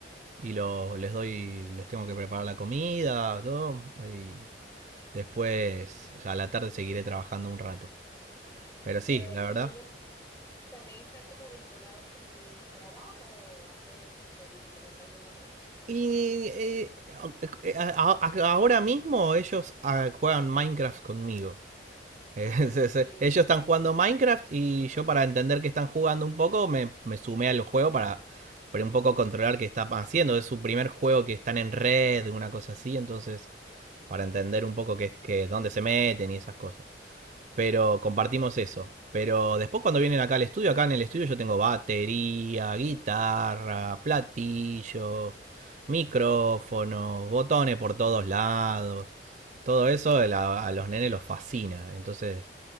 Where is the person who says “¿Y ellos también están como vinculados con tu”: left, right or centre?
Left